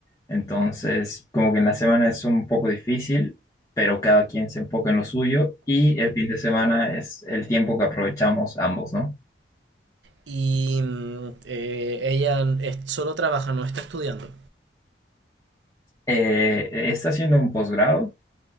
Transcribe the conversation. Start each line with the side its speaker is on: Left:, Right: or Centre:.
Left: entonces como que en la semana es un poco difícil, pero cada quien se enfoca en lo suyo y el fin de semana es el tiempo que aprovechamos ambos, ¿no?
Right: Y mm, eh, ella es- solo trabaja, no está estudiando.
Left: Eh, está haciendo un posgrado,